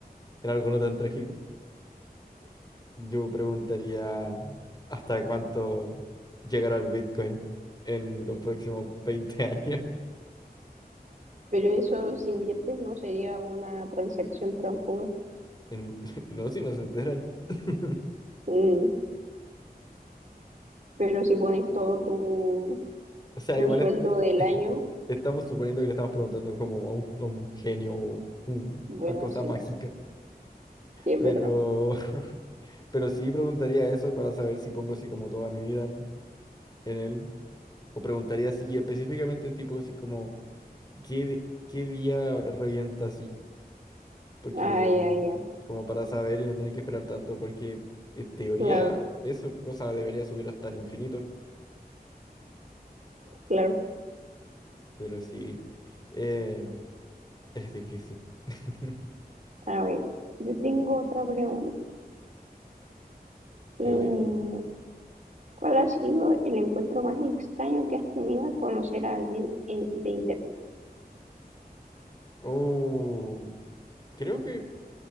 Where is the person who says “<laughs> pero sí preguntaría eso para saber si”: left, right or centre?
Left